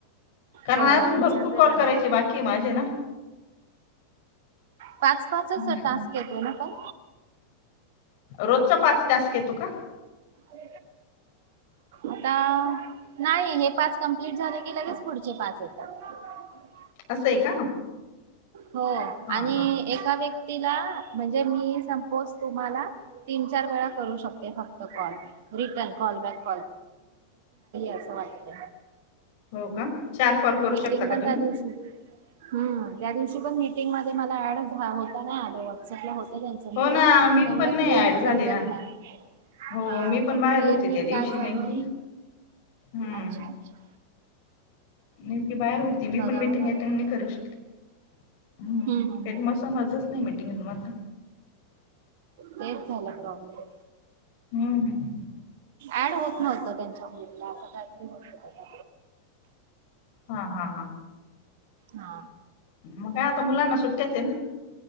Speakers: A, on the left; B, on the right.
A: कारण
B: हो
A: अजून
B: हो विचारते
A: बर खूप कॉल
B: त्यांना
A: करायचे बाकी माझे ना
B: पाच पाचच
A: हम्म.
B: टास्क येतोय ना पण
A: रोजचा पाच तास येतो का
B: अ आता नाही हे पाच कमप्लीट झालं की लगेच पुढचे पाच येतात ह
A: असंय का
B: हो
A: हा
B: आणि
A: हा
B: एका व्यक्तीला म्हणजे मी संपोस तुम्हाला तीन तीन-चार वेळा करू शकते कॉल रिटर्न कॉल बैक अस वाट
A: हो का चार कॉल करू
B: मीटिंग
A: शकता का
B: पण
A: तुम्ही
B: त्या दिवशी हम् त्या दिवशी पण मीटिंग मध्ये मला ऍड होता नाही आला व्हट्सअपला हो त्यां त्यामुळे
A: हो ना मी पण नाही
B: क्लिअर
A: ऍड झाले
B: समजत
A: ना
B: नाही
A: हो
B: हा
A: मी पण
B: तर
A: बाहेर
B: क्लिअर
A: होते
B: नीट
A: त्या दिवशी
B: काय
A: नेमकी
B: चालू
A: हम्म
B: अच्छा अच्छा
A: नेमकी बाहेर होती मी
B: बघावं
A: पण मीटिंग
B: लागेल
A: अटेंड नाही करू शकते हम्
B: हम्म हम्म.
A: त्या मसमजच नाही मिटिंग तु मलं
B: तेच झाला प्रॉब्लेम
A: हम्म हम्म
B: ऍड होत नव्हत त्यांच्या ग्रुपला असं काहीतरी होत नत
A: हा हा हा
B: हा
A: मग का आता मुलांना सुट्ट्याच आहे ना